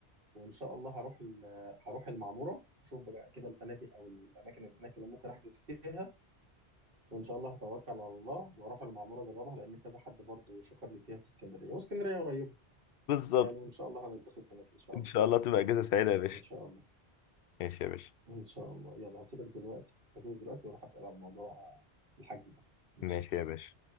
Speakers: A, on the right; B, on the left.
A: وان شاء الله هروح ال- هروح المعموره هشوف بقى كده الفنادق او الاماكن اللي هناك اللي ممكن احجز فيها وان شاء الله هتوكل على الله واروح المعموره اجربها لان كذا حد برضه شكر لي فيها في اسكندريه واسكندريه قريبه
B: بالظبط
A: يعني وان شاء الله هنتبسط هناك ان شاء الله
B: ان شاء الله تبقى اجازه سعيده يا باشا
A: ان شاء الله
B: ماشي يا باشا
A: ان شاء الله يلا هسيبك دلوقتي هسيبك دلوقتي واروح اسال على الموضوع آه، الحجز ده ماشي
B: ماشي
A: ماشي
B: يا باشا